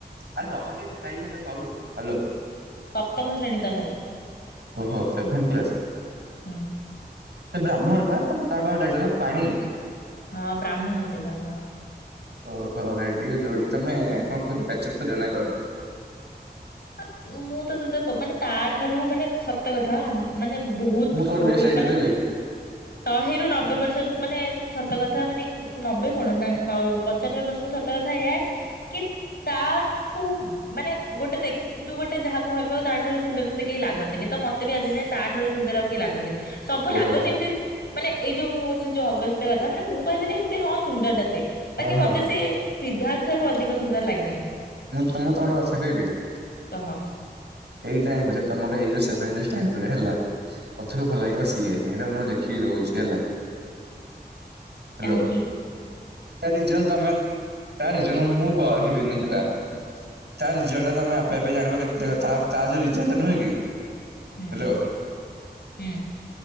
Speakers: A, on the right; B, on the left.
A: ହେଲୋ।
B: ସପ୍ତମ ଶ୍ରେଣୀ ତା ଭାଇ।
A: ଓହୋ ସେଭେନ କ୍ଲାସ।
B: ହୁଁ
A: ସେ ବ୍ରାହ୍ମଣ ପା ତାଙ୍କ ପାଖକୁ ଟାଇଟଲ କଣ ପାଣି।
B: ହଁ, ବ୍ରାହ୍ମଣ ସେ ବ୍ରାହ୍ମଣ ଘର।
A: ଓହୋ ରେଡି ହେଲାନି ତମେ କଣ କହୁଛ ପ୍ୟାଚୁର କରିବା ନା କଣ?
B: ଆ ମୁଁ ତତେ ମାନେ ତା ଠାରୁ ମାନେ ସତ କଥା ଅନ ମାନେ ବହୁତ
A: ମୁଁ ତ ଗୋଟେ
B: ବହୁତ
A: ବେଷ୍ଟ ଆଇଡିଆ
B: ମାନେ
A: ଦେବି
B: ଶହେରୁ ନବେ ପର୍ସେଣ୍ଟେଜ୍ ମାନେ ସତ କଥା ମାନେ ନବେ କଣ ନା ପଞ୍ଚାନବେ ପରସେଣ୍ଟ ସତ କଥା ଏୟା କି ତାଠୁ ମାନେ ଗୋଟେ ଦେଖ ତୁ ଗୋଟେ ଯାହାକୁ ଭଲ ପାଇବୁ ତା ଠାରୁ ସୁନ୍ଦର ତତେ କେହି ଲାଗନ୍ତିନି। ତ ମତେ ବି ଆଜି ଯାଏ ତାଠାରୁ ସୁନ୍ଦର ଆଉ କି ଲାଗନ୍ତିନି ସବୁ
A: ଓହୋ
B: ଲାଗନ୍ତି ଏମିତି ମାନେ ଏଇ ଯୋଉ ମୁଁଉଛି ଯୋଉ ଅଗସ୍ତ୍ୟ କଥା ମାନେ ମୁଁ କହିଦେଲି ଏମିତି ହଁ ସୁନ୍ଦର ଟା ସିଏ
A: ହଁ
B: ବାକି
A: ହଁ।
B: ମତେ ସେି ସିଦ୍ଧାର୍ଥରୁ ଅଧିକ ସୁନ୍ଦର ଲାଗେନି।
A: ମୁଁ ତମ <unintelligible>
B: କହ।
A: ଏଇ ଟାଇମରେ ତମର ଏଇ ଯୋଉ ସେଭେନ ଡେଏଜ୍ ଟାଇମ ରେ ହେଲା ଅଧିକ ଭଲ ଲାଗିବ ସିଏ ହିଁ ଏଟା ମୁ ଲେଖିକି ରହୁଛି ହେଲା। ହ୍ୟାଲୋ।
B: କାହିଁକି?
A: ତାରିଜନ୍ ତମେ ତାରିଜନ୍ ମୁଁ କହିବିନି ହେଲା। ତା ରିଜନ ଟା ତମେ ଆପେ ଆପେ ଜାଣିବ କେତ ଦେଖ ତା ଯୋଉ ରିଜନ ଟା ନୁହେଁ କି ହେଲୋ।
B: ହୁଁ ହୁଁ